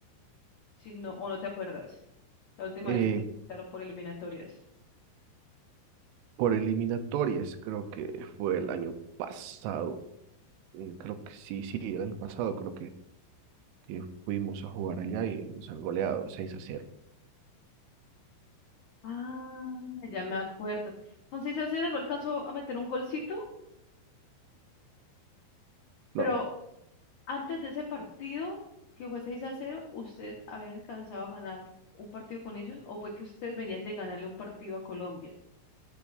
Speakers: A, on the left; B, on the right.
A: Si no, o no te acuerdas. La última
B: Eh,
A: vez que estaron por eliminatorias.
B: por eliminatorias, creo que fue el año pasado, mm, creo que sí, sí, el año pasado creo que, que fuimos a jugar allá y nos han goleado 6 a cero
A: Ah, ya me acuerdo. Con 6 a cero, no alcanzó a meter un golcito, pero
B: No,
A: antes de ese partido, que fue 6 a cero, ¿ustedes habían alcanzado a ganar un partido con ellos o fue que ustedes venían de ganarle un partido a Colombia?